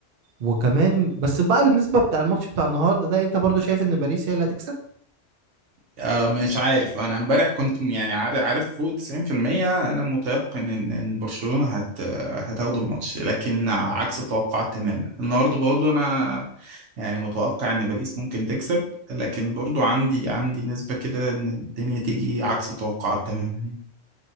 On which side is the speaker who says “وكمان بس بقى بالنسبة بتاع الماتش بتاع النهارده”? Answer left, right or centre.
Right